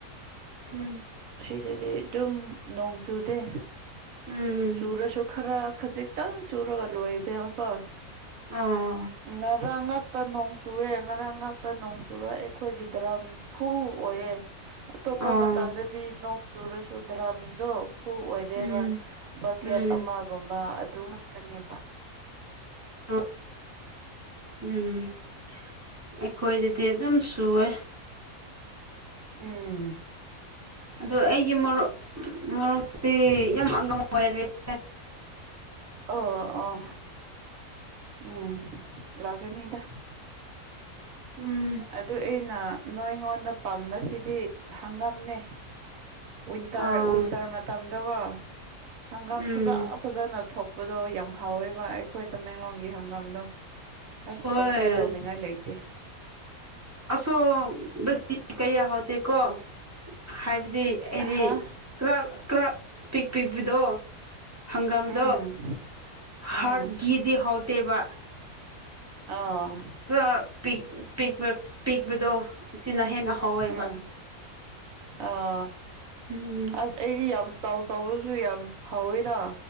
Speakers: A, on the right; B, on the right.
A: ꯎꯝ
B: ꯁꯤꯗꯗꯤ ꯑꯗꯨꯝ ꯅꯣꯡ ꯆꯨꯗꯦ
A: ꯎꯝ
B: ꯆꯨꯔꯁꯨ ꯈꯔ ꯈꯖꯤꯛ ꯈꯤꯇꯪ ꯆꯨꯔꯒ ꯂꯣꯏꯕ ꯌꯥꯎꯋꯦꯀꯣ
A: ꯑꯣ
B: ꯉꯔꯥꯡ ꯉꯥꯛ ꯇꯥ ꯅꯣꯡ ꯆꯨꯑꯦ ꯉꯔꯥꯡ ꯉꯥꯛꯇ ꯅꯣꯡ ꯆꯨꯔꯛꯑꯦ ꯑꯩꯈꯣꯏꯒꯤ ꯗꯔꯝ ꯐꯨ ꯑꯣꯏꯌꯦ ꯑꯇꯣꯞꯄ
A: ꯑꯣ
B: ꯃꯇꯝꯗꯗꯤ ꯅꯣꯡ ꯆꯨꯔꯁꯨ ꯗ꯭ꯔꯝꯗꯣ ꯐꯨ ꯑꯣꯏꯗꯦꯕ
A: ꯎꯝ
B: ꯕꯀꯦꯠ
A: ꯎꯝ
B: ꯑꯃ ꯒꯨꯨꯝꯕ ꯑꯗꯨ ꯉꯛꯇꯅꯦꯕ
A: ꯎꯝ ꯎꯝ ꯑꯩꯈꯣꯏꯗꯗꯤ ꯑꯗꯨꯝ ꯆꯨꯋꯦ
B: ꯎꯝ
A: ꯑꯗꯣ ꯑꯩꯒꯤ ꯃꯔꯣꯛ ꯃꯔꯣꯛꯇꯤ ꯌꯥꯝ ꯑꯉꯝ ꯑꯣꯏꯔꯦ <inaudible>
B: ꯑꯣ ꯑꯣ ꯎꯝ ꯂꯥꯛꯒꯦꯅꯤꯗ
A: ꯎꯝ
B: ꯑꯗꯨ ꯑꯩꯅ ꯅꯣꯏ ꯑꯩꯉꯣꯟꯗ ꯄꯥꯝꯕꯁꯤꯗꯤ ꯍꯪꯉꯝꯅꯦ ꯋꯤꯟꯇꯔ
A: ꯑꯥ
B: ꯋꯤꯟꯇꯔ ꯃꯇꯝꯗꯀꯣ ꯍꯪꯒꯥꯝ
A: ꯎꯝ
B: ꯐꯖ ꯐꯖꯅ ꯊꯣꯛꯄꯗꯣ ꯌꯥꯝ ꯍꯥꯎꯋꯦꯕ ꯑꯩꯈꯣꯏ ꯇꯃꯦꯡꯂꯣꯡ ꯒꯤ ꯍꯪꯒꯥꯝꯗꯣ ꯑꯁ
A: ꯍꯣꯏ
B: ꯀꯝꯄꯦꯌꯔ ꯇꯧꯅꯤꯡꯉꯥꯏ ꯂꯩꯇꯦ
A: ꯑꯁꯣꯕꯗꯤ ꯀꯩꯌꯥꯍꯧꯗꯦꯀꯣ ꯍꯥꯏꯕꯗꯤ ꯑꯩꯗꯤ
B: ꯑꯍꯥ
A: ꯀꯔꯥ ꯀꯔꯥ ꯄꯤꯛ ꯄꯤꯛꯄꯗꯣ ꯍꯪꯒꯥꯝꯗꯣ
B: ꯎꯝ ꯎꯝ
A: ꯍꯥꯔꯠꯀꯤꯗꯤ ꯍꯥꯎꯇꯦꯕ
B: ꯑꯥ
A: ꯀꯔꯥ ꯄꯤꯛ ꯄꯤꯛꯄ ꯄꯤꯛꯄꯗꯣ ꯁꯤꯅ ꯍꯦꯟꯅ ꯍꯥꯎꯋꯦꯕ
B: ꯎꯝ ꯑ
A: ꯎꯝ
B: ꯑꯁ ꯑꯩꯗꯤ ꯌꯥꯝ ꯆꯥꯎ ꯆꯥꯎꯕꯁꯨ ꯌꯥꯝ ꯍꯥꯎꯋꯦꯗ